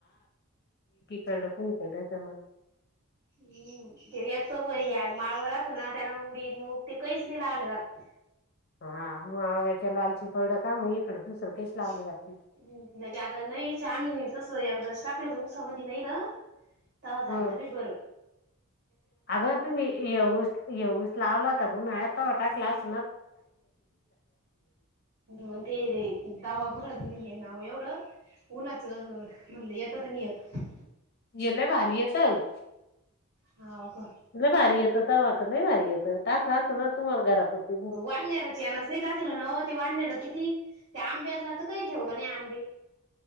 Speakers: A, on the left (about 45°); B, on the right (about 55°).
A: खळ खुणी खळ येत म
B: हम्म तेत व या माळवरचं ना त्यांना ते मुग ते कहीच नाही लावले जात.
A: हा मगग्याच्या लालची पलड का मग इकडं दुसरं
B: <inaudible>
A: काहीच लावलं जात नाही
B: टाकलत ऊसा मधी एकादा तवा झालात
A: हं.
B: बाई बर.
A: अगं तुम्ही ये ऊस ये ऊस लावला तर उन्हाळ्यात तवा टाकलं, <inaudible>
B: मग ते रे तवा कुठत नाही आहे नाव एवढं. उन्हाच म्हणलं येतं की नाही येत.
A: हे लय भारी येतं
B: हाव का
A: भारी येतं तवा तर लय भारी येतं टाकला अस ना तुम्हाला घरापुरती बूक
B: वन्यारचा हेणच नाही टाकलं ना ओ, ते वाण्यार किती त्या आंब्याला त काही ठेवलं नाही आंबे.